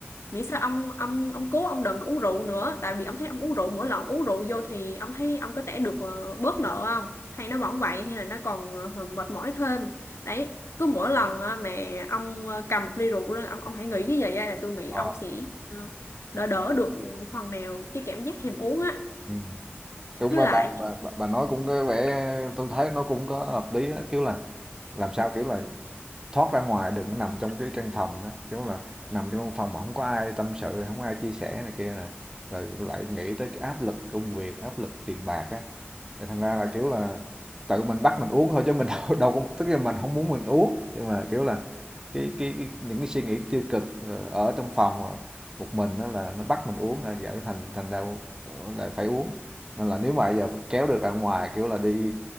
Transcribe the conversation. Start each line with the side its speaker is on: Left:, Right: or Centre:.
Left: miễn sao ông ông ông cố ông đừng có uống rượu nữa tại vì ông thấy ông uống rượu mỗi lần ông uống rượu vô thì ông thấy ông có trả được ờ, bớt nợ không hay nó vẫn vậy hay là nó còn ờ, mệt mỏi thêm đấy cứ mỗi lần á, mà ông ờ, cầm một ly rượu lên ông ông hãy nghĩ như vậy á, là tôi nghĩ
Right: Ờ.
Left: ông sẽ ờ, đỡ đỡ được phần nào cái cảm giác thèm uống á
Right: Ừ. Đúng
Left: với
Right: bà,
Left: lại
Right: bà, bà, bà bà nói cũng có vẻ tôi thấy nó cũng có hợp lý đó kiểu là làm sao kiểu là thoát ra ngoài đừng nằm trong cái căn phòng đó kiểu là nằm trong căn phòng mà không có ai tâm sự không có ai chia sẻ này kia này, rồi lại nghĩ tới cái áp lực công việc áp lực tiền bạc á thành ra là kiểu là tự mình bắt mình uống thôi chứ mình <laughs> đâu, đâu có tức là mình không muốn mình uống nhưng mà kiểu là cái cái, cái những cái suy nghĩ tiêu cực ờ, ở trong phòng một mình đó là nó bắt mình uống là dẫn thành thành ra ờ, lại phải uống nên là nếu mà bây giờ kéo được ra ngoài kiểu là đi